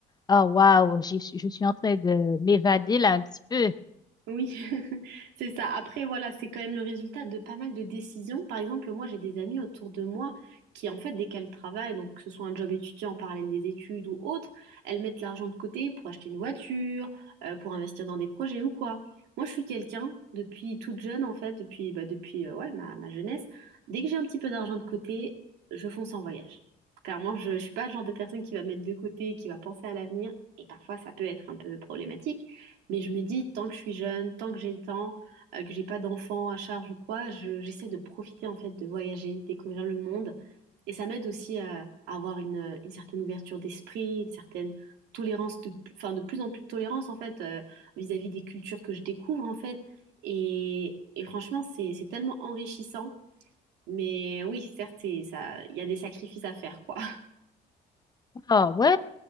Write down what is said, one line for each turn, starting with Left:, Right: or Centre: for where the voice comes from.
Left: oh waouh, j'y suis- je suis en train de m'évader là un petit peu.
Right: Oui, <laughs> c'est ça. Après, voilà, c'est quand même le résultat de pas mal de décisions. Par exemple, moi, j'ai des amis autour de moi qui, en fait, dès qu'elles travaillent, donc que ce soit un job étudiant en parallèle des études ou autre, elles mettent l'argent de côté pour acheter une voiture, euh, pour investir dans des projets ou quoi. Moi, je suis quelqu'un, depuis toute jeune, en fait, depuis, bah, depuis euh, ouais, ma, ma jeunesse, dès que j'ai un petit peu d'argent de côté, je fonce en voyage. Clairement, je ne suis pas le genre de personne qui va mettre de côté, qui va penser à l'avenir, et parfois, ça peut être un peu problématique. Mais je me dis, tant que je suis jeune, tant que j'ai le temps, euh, que j'ai pas d'enfants à charge ou quoi, je- j'essaie de profiter en fait de voyager, découvrir le monde. Et ça m'aide aussi à, à avoir une, une certaine ouverture d'esprit, une certaine tolérance, de, enfin de plus en plus de tolérance en fait euh, vis-à-vis des cultures que je découvre en fait. Et, et franchement, c'est, c'est tellement enrichissant. Mais oui, certes, c'est, ça, il y a des sacrifices à faire, quoi.
Left: Oh ouais.